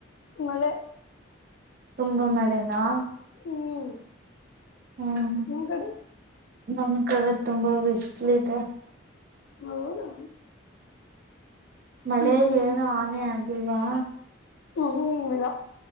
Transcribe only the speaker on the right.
ತುಂಬ ಮಳೆನಾ.
ಹ್ಮ್.
ನಮ್ ಕಡೆ ತುಂಬಾ ಬಿಸ್ಲಿದೆ.
ಮಳೆಗೆ
ಏನು ಹಾನಿ ಆಗಿಲ್ವಾ.